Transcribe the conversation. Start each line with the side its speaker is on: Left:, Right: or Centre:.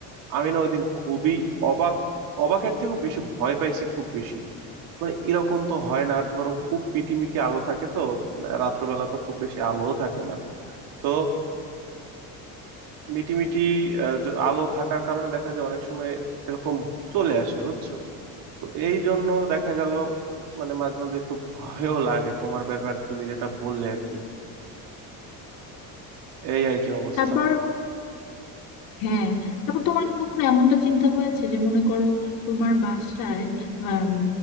Right: আমি না ওইদিন খুবই অবাক অবাকের থেকেও বেশি ভয় পাইছি খুব বেশি মানে এরকম তো হয় না আর ধরো খুব মিটি মিটি আলো থাকে তো রাত্রবেলা তো খুব বেশি আলোও থাকে না তো মিটিমিটি আহ, জ- আলো থাকার কারণে দেখা যায় অনেক সময় এরকম চলে আসে বুঝছো তো এই জন্য দেখা গেল মানে মাঝে মধ্যে একটু ভয়ও লাগে তোমার ব্যাপার তুমি যেটা বললে আর কি এই আর কি অবস্থা
Left: তারপর হ্যাঁ তারপর তোমার কি কখনো এমনটা চিন্তা হয়েছে যে মনে করো তোমার বাসায় আম,